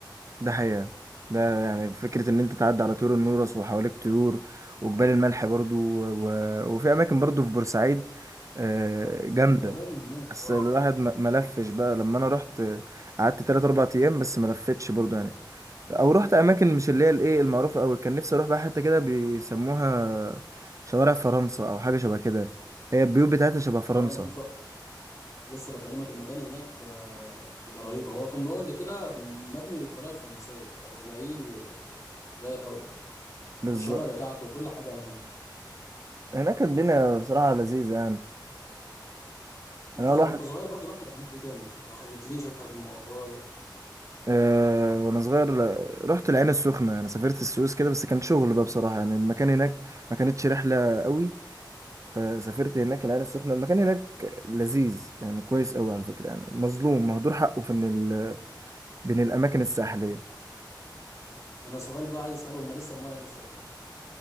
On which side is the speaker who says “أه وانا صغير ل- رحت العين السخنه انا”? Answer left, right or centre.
Right